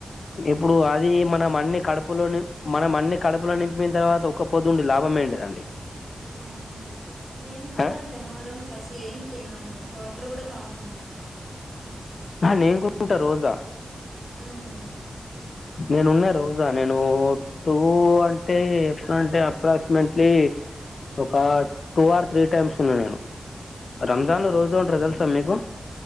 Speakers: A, on the left; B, on the right.
A: ఇప్పుడు అది మనం అన్నిీ కడుపులోని మనం అన్ని కడుపులో నింపిన తర్వాత ఒక్క పొద్దుండి లాభమ ఏంటదండి
B: అవును గాదా మేము కూడా
A: ఆ!
B: అంతే మొహరకి అసలు ఏం తిన్న ము వాటర్ కూడా తాగము.
A: నేను కోరుకుంటా రోజా
B: మ్మ్.
A: నేనున్న రోజా నేను టూ ఉ అంటే ఎప్పుడంటే అప్రాక్సిమేట్లీ ఒక టూ ఆర్ త్రీ టైమ్స్ ఉన్నా నేను
B: మ్మ్.
A: రంజాన్ లో రోజు ఉంటారు తెలుసా మీకు